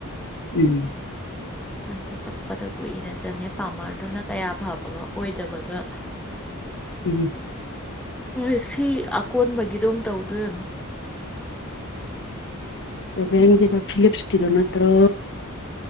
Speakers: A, on the left; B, in the centre.
A: ꯎꯝ
B: ꯑꯗ ꯆꯠꯄꯗ ꯀꯨꯏꯅ ꯆꯪꯉꯦ ꯄꯥꯝꯃꯔ ꯑꯗꯨꯅ ꯀꯌꯥ ꯐꯕꯒ ꯑꯣꯏꯗꯕꯒ
A: ꯎ
B: ꯍ ꯁꯤ ꯑꯀꯣꯟꯕꯒꯤꯗꯧ ꯇꯧꯗꯣꯏ <inaudible>
A: ꯁꯦꯕꯦꯟꯒꯤꯗ ꯐꯤꯂꯤꯞꯁꯀꯤꯗꯣ ꯅꯠꯇ꯭ꯔꯣ